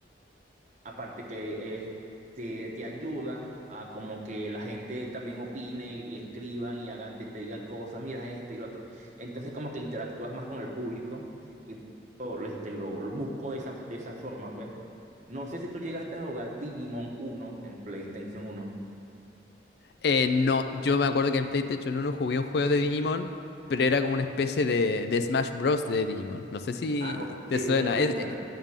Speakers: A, on the right (about 40°); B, on the left (about 60°).
A: Aparte que eh, te, te ayuda a como que la gente también opine y escriban y hagan, te, te digan cosas, mira este y lo otro. Entonces como que interactúas más con el público y lo, este, lo, lo busco de esa, de esa forma, pues. No sé si tú llegaste a jugar Digimon uno en PlayStation uno
B: Eh, no, yo me acuerdo que en PlayStation uno jugué un juego de Digimon, pero era como una especie de, de Smash Bros. de Digimon. No sé si
A: Ah,
B: te
A: sí,
B: suena.
A: el Rumble.
B: Es- eh,